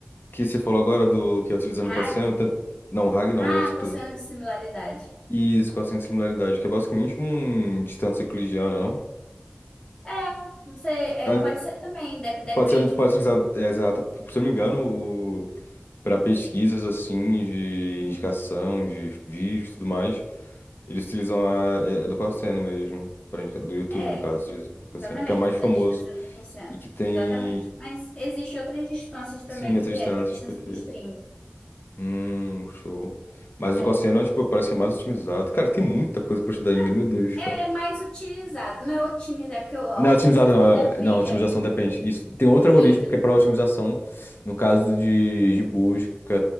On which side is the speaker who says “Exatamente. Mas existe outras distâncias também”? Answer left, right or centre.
Left